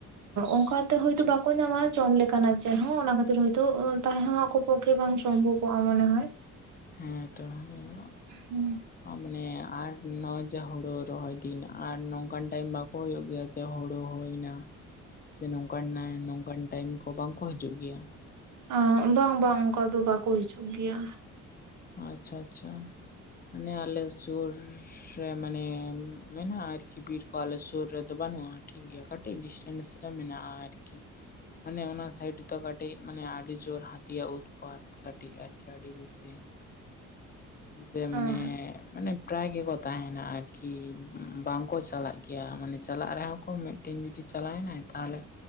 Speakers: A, on the left; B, on the right.
A: ᱟᱪᱪᱷᱟ
B: ᱚᱱᱠᱟᱛᱮ ᱦᱳᱭᱛᱚ
A: ᱟᱪᱪᱷᱟ
B: ᱵᱟᱠᱚ ᱧᱟᱢᱟ ᱡᱚᱢ ᱞᱮᱠᱟᱱᱟᱜ ᱡᱟᱦᱟᱸ ᱚᱱᱟ ᱠᱷᱟᱹᱛᱤᱨ ᱦᱚᱭᱛᱚ ᱛᱟᱦᱮᱸ ᱦᱚᱸ ᱟᱠᱚ ᱯᱚᱠᱠᱷᱮ ᱵᱟᱝ ᱥᱚᱢᱵᱷᱚᱵᱚᱜᱼᱟ ᱢᱚᱱᱮ ᱦᱚᱭ
A: ᱦᱮᱸ ᱛᱚ ᱦᱮᱸ
B: ᱦᱩᱸ
A: ᱢᱟᱱᱮ ᱟᱨ ᱱᱚ ᱡᱟ ᱦᱳᱲᱳ ᱨᱚᱦᱚᱭ ᱫᱤᱱ ᱟᱨ ᱱᱚᱝᱠᱟᱱ ᱴᱟᱭᱤᱢ ᱵᱟᱠᱚ ᱦᱳᱭᱳᱜ ᱜᱮᱭᱟ ᱥᱮ ᱦᱳᱲᱳ ᱦᱩᱭᱱᱟ ᱥᱮ ᱱᱚᱝᱠᱟᱱ, ᱱᱚᱝᱠᱟᱱ ᱴᱟᱭᱤᱢ ᱠᱚ ᱵᱟᱝ ᱠᱚ ᱦᱤᱡᱩᱜ ᱜᱮᱭᱟ
B: ᱚ ᱵᱟᱝ ᱵᱟᱝ ᱚᱱᱠᱟ ᱫᱚ ᱵᱟᱠᱚ ᱦᱤᱡᱩᱜ ᱜᱮᱭᱟ
A: ᱟᱪᱪᱷᱟ ᱟᱪᱪᱷᱟ ᱢᱟᱱᱮ ᱟᱞᱮ ᱥᱳᱨ ᱥᱮ ᱢᱟᱱᱮ ᱢᱮᱱᱟᱜᱼᱟ ᱟᱨᱠᱤ ᱵᱤᱨ ᱠᱚ ᱟᱞᱮ ᱥᱳᱨ ᱨᱮᱫᱚ ᱵᱟᱹᱱᱩᱜᱼᱟ ᱴᱷᱤᱠ ᱜᱮᱭᱟ ᱠᱟᱹᱴᱤᱡ ᱰᱤᱥᱴᱮᱱᱥ ᱨᱮ ᱢᱮᱱᱟᱜᱼᱟ ᱟᱨᱠᱤ ᱢᱟᱱᱮ ᱚᱱᱟ ᱥᱟᱭᱤᱰ ᱫᱚ ᱠᱟᱹᱴᱤᱡ ᱢᱟᱱᱮ ᱟᱹᱰᱤ ᱡᱳᱨ ᱦᱟᱹᱛᱤᱭᱟᱜ ᱩᱛᱯᱟᱛ ᱠᱟᱹᱴᱤᱡ ᱟᱨᱠᱤ ᱟᱹᱰᱤ ᱵᱤᱥᱤ ᱡᱮ
B: ᱦᱮᱸ
A: ᱢᱟᱱᱮ ᱢᱟᱱᱮ ᱯᱨᱟᱭ ᱜᱮᱠᱚ ᱛᱟᱦᱮᱱᱟ ᱟᱨᱠᱤ ᱵᱟᱝ ᱠᱚ ᱪᱟᱞᱟᱜ ᱜᱮᱭᱟ, ᱢᱟᱱᱮ ᱪᱟᱞᱟᱜ ᱨᱮᱦᱚᱸ ᱠᱚ ᱢᱤᱫᱴᱮᱱ ᱡᱩᱫᱤ ᱪᱟᱞᱟᱭ ᱱᱟᱭ ᱛᱟᱦᱞᱮ